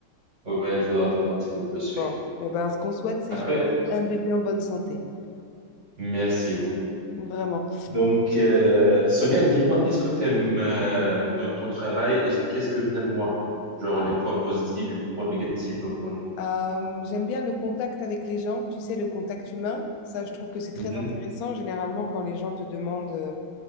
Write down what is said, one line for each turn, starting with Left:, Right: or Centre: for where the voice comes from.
Right: Ouais, il faudra attendre un petit peu plus, oui.
Left: Bon. Eh ben, ce qu'on souhaite, c'est
Right: Après,
Left: juste un bébé en bonne santé.
Right: merci beaucoup.
Left: Vraiment.
Right: Donc, euh, Sonia, dis-moi, qu'est-ce que tu aimes dans ton travail et qu'est-ce que tu aimes moins? Genre les points positifs et les points négatifs dans ton...
Left: Euh, j'aime bien le contact avec les gens, tu sais, le contact humain. Ça, je trouve que c'est très
Right: Mhm.
Left: intéressant. Généralement, quand les gens te demandent euh,